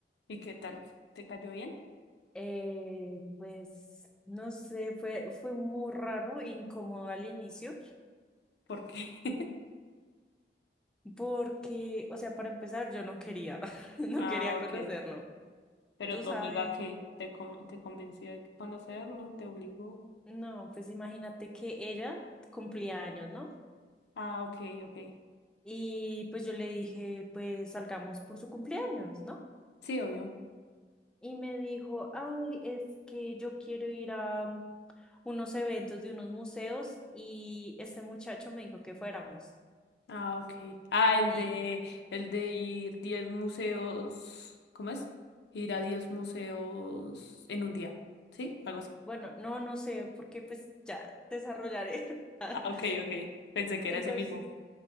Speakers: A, on the left; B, in the centre.
A: ¿Y qué tal? ¿Te cayó bien?
B: Eh, pues no sé, fue, fue muy raro, incómodo al inicio,
A: ¿Por qué? <laughs>
B: porque, o sea, para empezar, yo no quería, <laughs> no
A: Ah,
B: quería
A: ok.
B: conocerlo.
A: Pero
B: Tú
A: tu
B: sabes,
A: amiga, ¿qué? ¿Te, con- te convenció de conocerlo? ¿Te obligó?
B: no, pues imagínate que ella cumplía años, ¿no?
A: Ah, ok, ok.
B: Y pues yo le dije, pues salgamos por su cumpleaños, ¿no?
A: Sí, obvio.
B: y me dijo, ay, es que yo quiero ir a um, unos eventos de unos museos y este muchacho me dijo que fuéramos.
A: Ah, ok. Ah, el
B: Y
A: de, el de ir 10 museos, ¿cómo es? Ir a 10 museos en un día, ¿sí? Algo así.
B: bueno, no, no sé, porque pues ya desarrollaré. <laughs>
A: Ah, ok, ok. Pensé que era
B: Entonces,
A: ese mismo.